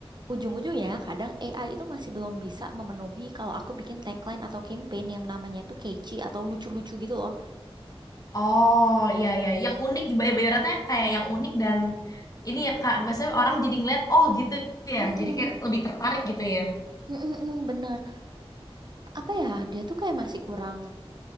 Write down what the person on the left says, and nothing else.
Oh iya iya, yang unik di Bayu Bayu kayak yang unik dan ini ya kak, maksudnya orang jadi ngeliat oh gitu
ya, jadi kayak lebih tertarik gitu ya.